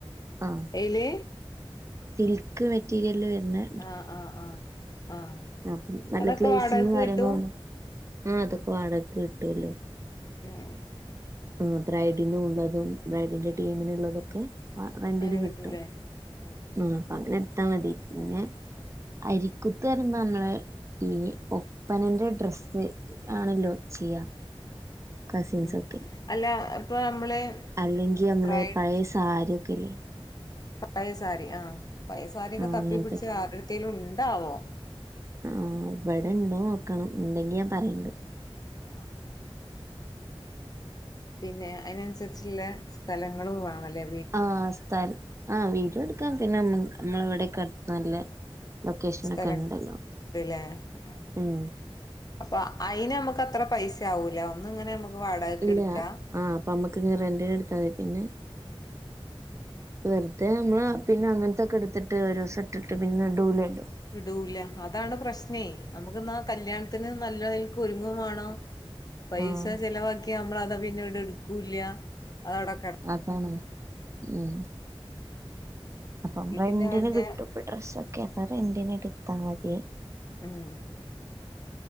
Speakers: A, on the right; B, on the left.
A: ആഹ്
B: എയ്ല്
A: സിൽക്ക് മെറ്റീരിയൽല് വെര്ണെ
B: ആഹ് ആഹ് ആഹ് ആഹ്
A: ആ അപ്പം നല്ല
B: അതൊക്കെ
A: ഗ്ലേസിങ്ങും
B: വാടകക്ക്
A: കാര്യങ്ങളുള്ളെ
B: കിട്ടും
A: ആ അതൊക്കെ വാടകക്ക് കിട്ടല്ലോ
B: <unintelligible>
A: ആ ബ്രൈഡിനുള്ളതും ബ്രൈഡിന്റെ ടീമിന്ള്ളതൊക്കെ ആ റെന്റിന്
B: അങ്ങനെ
A: കിട്ടും
B: കിട്ടൂല്ലേ ആഹ്
A: ആ അപ്പങ്ങനെട്ത്താ മതി പിന്നെ അരി കുത്ത് പറയുമ്പൊ നമ്മളെ ഈ ഒപ്പനെന്റെ ഡ്രെസ്സ് ആണല്ലോ ചെയ്യാ കസിൻസൊക്കെ
B: ഉം അല്ല ഇപ്പോ നമ്മള്
A: അല്ലെങ്കിൽ നമ്മള്
B: ബ്രൈഡ്
A: പഴേ സാരിയൊക്കെല്ലേ
B: പഴേ സാരി ആ പഴേ സാരിയൊക്കെ
A: ആ
B: തപ്പിപ്പിടിച്ച്
A: അങ്ങനത്തൊക്കെ
B: ആരെട്ത്തേലും ണ്ടാവോ
A: ആഹ് ഇവടെ ഇണ്ടോ നോക്കണം ണ്ടെങ്കി ഞാൻ പറയണ്ട്
B: ആഹ് പിന്നെ അയ്നൻസരിച്ച്ല്ലെ സ്ഥലങ്ങളും വാണലെ
A: ആഹ് സ്ഥൽ ആഹ് വീഡിയോ ട്ക്കാൻ പിന്നെ നമ്മ് നമ്മളെവടെക്കട്ത്ത് നല്ലെ ലൊക്കേഷനൊക്കെ
B: സ്ഥലങ്ങൾ
A: ണ്ടല്ലോ
B: ഉണ്ടല്ലേ ആഹ്
A: ഉം
B: അപ്പൊ അയ്നമ്മക്കത്ര പൈസാവൂല ഒന്ന്ങ്ങനെ ഞമ്മക്ക് വാടകക്ക്ട്ക്കാ
A: ഇല്ല ആഹ് അപ്പമ്മക്ക്ങ്‌ റെന്റ്ന് ട്ത്താ മതി പിന്നെ
B: ഉം
A: വെർതെ നമ്മള പിന്നെ അങ്ങൻത്തൊക്കെട്ത്ത്ട്ട് ഒരുസം ഇട്ടിട്ട് പിന്നെ ടൂലല്ലൊ
B: ഇടൂല അതാണ് പ്രശ്നേ നമുക്ക് ന്നാ കല്യാണത്തിന് നല്ലൽക്ക് ഒരുങ്ങും വാണം പൈസ
A: ആഹ്
B: ചെലവാക്യാ നമ്മളതാ പിന്നെട് ഇട്ക്കൂല്ല അതവടെ
A: അതാണ് ഉം അപ്പൊ
B: അല്ലെങ്കി
A: റെന്റിന്
B: പിന്നെ വല്യ
A: കിട്ടും ഇപ്പ ഡ്രസ്സൊക്കപ്പൊ റെന്റിന്ട്ത്താ മതി
B: ഉം